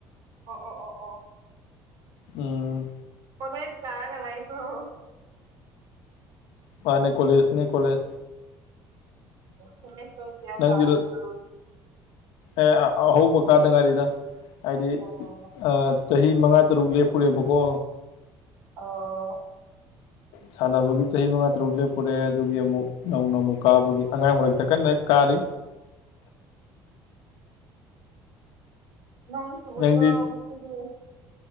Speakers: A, on the right (about 55°); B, on the left (about 85°).
A: ꯑꯣ ꯑꯣ ꯑꯣ ꯑꯣ꯫
B: ꯑꯣꯝ꯫
A: ꯀꯣꯂꯦꯁ ꯆꯥꯔꯒ ꯂꯩꯕ꯭ꯔꯣ꯫
B: ꯃꯥꯅꯦ ꯀꯣꯂꯦꯖ ꯅꯤ ꯀꯣꯂꯦꯖ꯫
A: ꯀꯣꯂꯦꯖ ꯇꯣ ꯀꯌꯥ
B: ꯅꯪꯗꯤ
A: ꯄꯥꯔꯕꯅꯣ꯫
B: ꯑꯦ ꯑꯍꯧꯕ ꯀꯥꯗꯉꯥꯏꯔꯤꯗ ꯍꯥꯏꯗꯤ
A: ꯑꯣ
B: ꯑ ꯆꯍꯤ ꯃꯉꯥ ꯇꯔꯨꯛ ꯂꯦꯞꯄꯨꯔꯦꯕꯀꯣ꯫
A: ꯑꯣ꯫
B: ꯁꯥꯟꯅꯕꯒꯤ ꯆꯍꯤ ꯃꯉꯥ ꯇꯔꯨꯛ ꯂꯦꯞꯄꯨꯔꯦ ꯑꯗꯨꯒꯤ ꯑꯃꯨꯛ ꯅꯧꯅ ꯑꯃꯨꯛ ꯀꯥꯕꯒꯤ ꯑꯉꯥꯡ ꯃꯔꯛꯇ ꯀꯟꯅ ꯍꯦꯛ ꯀꯥꯔꯤ꯫
A: ꯅꯪ <unintelligible>
B: ꯅꯪꯗꯤ
A: ꯉꯁꯤꯗꯤ ꯫